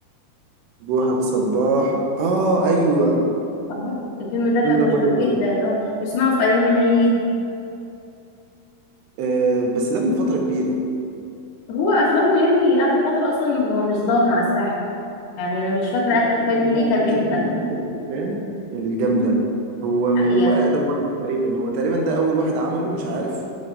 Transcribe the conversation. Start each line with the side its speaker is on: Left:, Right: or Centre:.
Right: بوحة صباح اه ايوه
Left: اهو الفيلم ده
Right: الفيلم
Left: كان
Right: ده
Left: مشهور
Right: كويس
Left: جدا
Right: برضه
Left: اه بسمعه في ايام العيد
Right: آه بس ده من فتره كبيره
Left: هو افلامه يا ابني اخر فترة اصلا هو مش ظاهر على الساحة يعني انا مش فاكرة
Right: لا
Left: اخر
Right: السباح
Left: فيلم ليه
Right: ده على
Left: كان
Right: فكرة
Left: امتى
Right: كان من أكتر الأفلام الجامدة هو من
Left: حقيقة
Right: هو أقدم واحد تقريبا هو تقريبا ده أول واحد عمله مش عارف